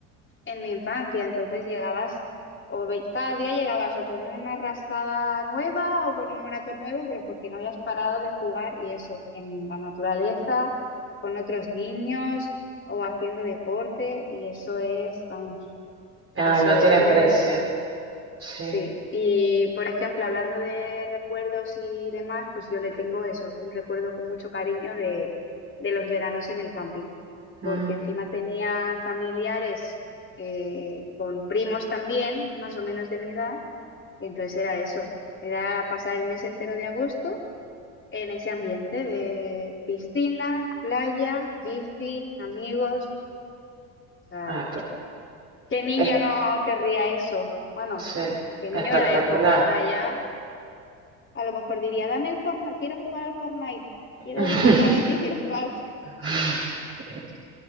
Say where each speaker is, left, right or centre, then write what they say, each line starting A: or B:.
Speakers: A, on the left (about 30°); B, on the right (about 30°).
A: en mi infancia, entonces llegabas, o ve- cada día llegabas o con una rascada nueva o con un moratón nuevo, pero porque no habías parado de jugar y eso, en la naturaleza, con otros niños o haciendo deporte, y eso es, vamos,
B: Ay,
A: eso
B: no
A: es
B: tiene precio. Sí.
A: Sí, y por ejemplo, hablando de recuerdos y demás, pues yo le tengo eso, un recuerdo con mucho cariño de, de los veranos en el camping, porque
B: Mm.
A: encima tenía familiares eh, con primos también, más o menos de mi edad, y entonces era eso, era pasar el mes entero de agosto en ese ambiente de piscina, playa, bici, amigos, o sea,
B: Ah, espe-
A: ¿qué niño
B: es-
A: no querría eso? Bueno,
B: sí,
A: ¿qué niño
B: espectacular.
A: de la época? Ahora ya... A lo mejor diría, dame el Fortnite, quiero jugar al Fortnite, quiero
B: <laughs>
A: dejar la bici y quiero jugar al Fortnite.
B: <laughs> Sí.